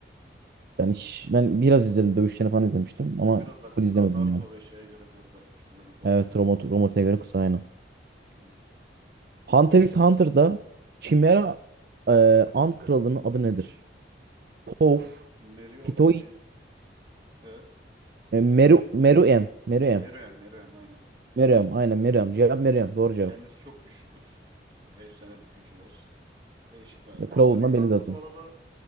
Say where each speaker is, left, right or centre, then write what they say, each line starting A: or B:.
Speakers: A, on the right; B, on the right.
A: Ben hiç, ben biraz izledim. Dövüşlerini falan izlemiştim ama
B: O biraz daha kısa.
A: full izlemedim
B: Naruto
A: yani.
B: ve şeye göre biraz daha 300 bölüm falan.
A: Evet, Romot, Romot'a göre kısa aynı.
B: Aynen.
A: Hunter x Hunter'da Chimera e, Ant Kralı'nın adı nedir? Pof,
B: Meruo.
A: Pitoy,
B: Mer evet.
A: e, Meru,
B: Devam et.
A: Meruem, Meruem,
B: Meruem. Meruem aynen.
A: Meruem, aynen Meruem. Cevap Meruem, doğru cevap.
B: Kendisi çok güçlüdür. Yani efsane bir gücü var. Değişik bir. Hunter
A: E, Kral olduğundan
B: x
A: belli
B: Hunter
A: zaten.
B: bu arada